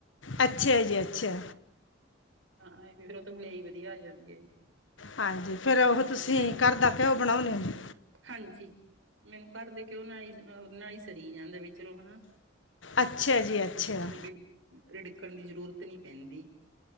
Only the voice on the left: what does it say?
ਅੱਛਾ ਜੀ, ਅੱਛਾ।
ਹਾਂਜੀ, ਫੇਰ ਉਹ ਤੁਸੀਂ
ਘਰ ਦਾ ਘਿਓ, ਬਣਾਉਂਦੇ ਹੋ ਜੀ?
ਅੱਛਾ
ਜੀ ਅੱਛਾ